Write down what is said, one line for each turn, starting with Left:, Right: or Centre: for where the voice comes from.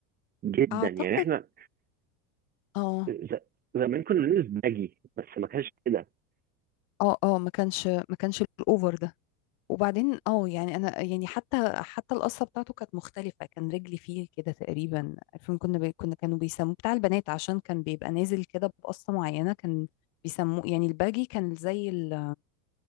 Right: جدا
Left: اعتقد
Right: يعني احنا
Left: اه
Right: ز- زمان كنا بنلبس باجي بس ما كانش كده
Left: اه اه ما كانش ما كانش الاوفر ده وبعدين اه يعني انا يعني حتى حتى القصه بتاعته كانت مختلفه كان رجلي فيه كده تقريبا الفيلم كنا بي كنا كانوا بيسموه بتاع البنات عشان كان بيبقى نازل كده بقصه معينه كان بيسموه يعني الباجي كان زي ال